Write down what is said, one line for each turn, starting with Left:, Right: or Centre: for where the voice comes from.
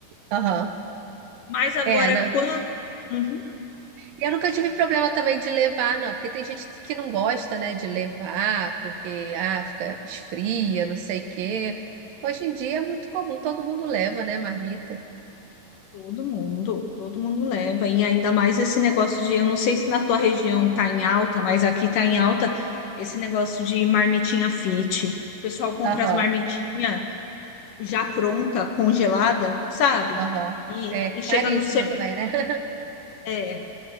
Right: Aham.
Left: Mas agora,
Right: É, né?
Left: quando. Uhum,
Right: E eu nunca tive problema também de levar, não, porque tem gente que não gosta, né, de levar, porque ah, fica esfria, não sei o quê. Hoje em dia é muito comum, todo mundo leva, né, marmita.
Left: todo mundo, todo mundo leva. E ainda mais esse negócio de, eu não sei se na tua região tá em alta, mas aqui tá em alta esse negócio de marmitinha fit. O pessoal compra
Right: Aham,
Left: as marmitinhas já pronta, congelada, sabe?
Right: aham.
Left: E,
Right: É
Left: e
Right: caríssimo
Left: chega no
Right: também, né? <laughs>
Left: serviço.